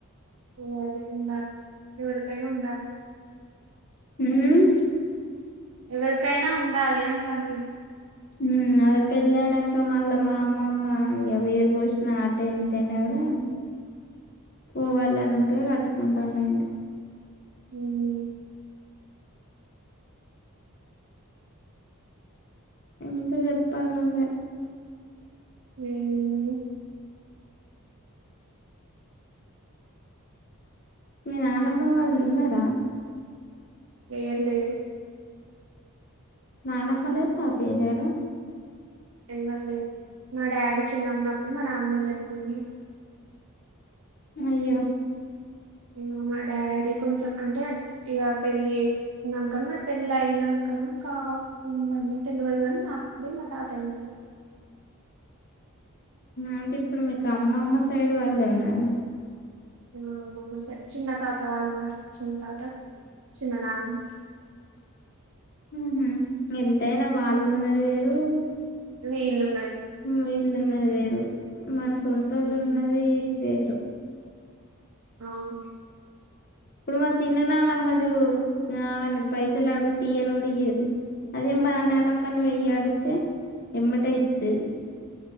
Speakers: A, on the right; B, on the left.
A: ఉండాలి ఉండాలి ఎవరికైనా ఉండాలి
B: హుమ్
A: ఎవరికైనా ఉండాలి అంటాన్న
B: మ్ అదే పెళ్లి అయినాక మళ్ళా మా అమ్మమ్మ ఇగ వేరు వోసిన అటైనా ఇటైనా గూడా పోవాలన్నట్ కట్టుకుంటున్నాము
A: ఉహు
B: ఇంకా జెప్పాలి నువే
A: ఏమున్నది
B: మీ నాన్నమ్మ వాళ్ళు ఉన్నరా
A: లేరు లేరు
B: నానమ్మ లేద్ తాతయ్య లేడా
A: ఎవ్వరు లేర్ మా డాడీ చిన్నగా ఉన్నప్పుడు మా నానమ్మ చనిపోయింది
B: అయ్యా
A: మ్ మా డాడీ కొంచెం అంటే ఇగ పెళ్లిచేస్కున్నంకనో పెళ్ళి అయినంక్ పక్కన కాకుండనే తెలువదు కానీ అప్పుడే మా తాత చనిపోయిండు
B: అంటే ఇప్పుడు మీకు అమ్మమ్మ సైడ్ వాళ్ళే ఉన్నరా
A: ఆ మనసే చిన్న తాత వాళ్ళు ఉన్నరు చిన్న తాత చిన్న నానమ్మ
B: ఉహు ఎంతైనా వాళ్ళు ఉన్నది వేరు
A: వీళ్ళు
B: వీళ్ళున్నది వేరు మన సొంతోళ్లున్నది
A: ఉమ్,
B: వేరు
A: అవును
B: ఇప్పుడు మా చిన్న నాన్నమ్మ జే ఆమెన్ పైసలుడుతే ఇయ్యను గూడా ఇయ్యది అదే మా నానమ్మని వెయ్యి అడిగితే ఎమ్మటే ఇత్తది